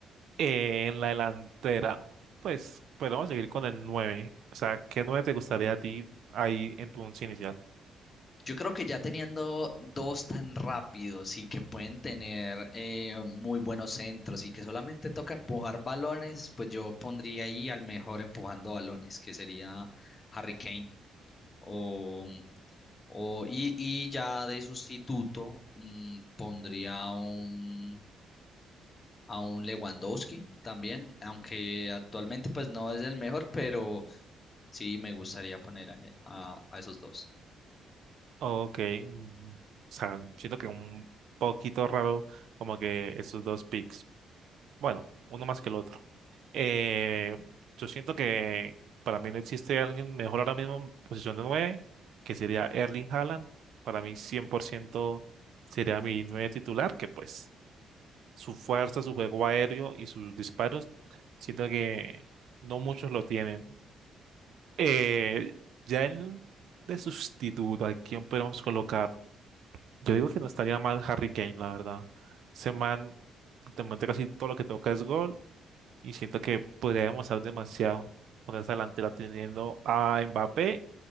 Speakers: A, on the right (about 70°); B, on the left (about 30°).
A: Eh, en la delantera, pues, pero vamos a seguir con el nueve O sea, ¿qué 9 te gustaría a ti ahí en tu once inicial?
B: Yo creo que ya teniendo dos tan rápidos y que pueden tener eh, muy buenos centros y que solamente toca empujar balones, pues yo pondría ahí al mejor empujando balones, que sería Harry Kane. O, o, y, y ya de sustituto mm, pondría a un, a un Lewandowski también, aunque actualmente pues no es el mejor, pero sí me gustaría poner a, a a esos dos.
A: Ok, mm, o sea, siento que un poquito raro como que esos dos picks. Bueno, uno más que el otro. Eh, yo siento que para mí no existe alguien mejor ahora mismo en posición de 9, que sería Erling Haaland. Para mí 100% sería mi 9 titular, que pues su fuerza, su juego aéreo y sus disparos, siento que no muchos lo tienen. Eh, ya en de sustituto, ¿a quién podemos colocar? Yo digo que no estaría mal Harry Kane, la verdad. Ese man, de momento casi todo lo que toca es gol y siento que podría demostrar demasiado con esa delantera teniendo a Mbappé